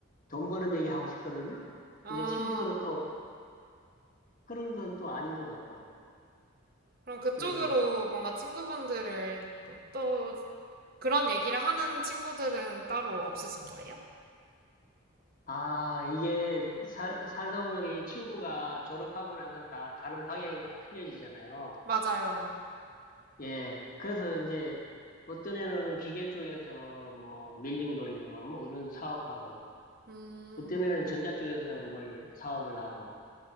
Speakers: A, on the left; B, on the right.
A: 돈 버는 얘기 하고 싶거든요.
B: 어.
A: 근데 친구들은 또 그런 건 또 아닌 것 같고.
B: 그럼 그쪽으로
A: 그래서,
B: 뭔가 친구분들을 뭐또 그런 얘기를 하는 친구들은 따로 없으신 거예요?
A: 아, 이게 살, 살다 보면 이 친구가 졸업하고 나서 다 가는 방향이 다 틀려지잖아요.
B: 맞아요.
A: 예. 그래서 이제 어떤 애는 기계 쪽에서 뭐 밀링 돌리고 뭐 이런 사업하고
B: 음,
A: 어떤 애는 전자 쪽에서 뭘 사업을 하고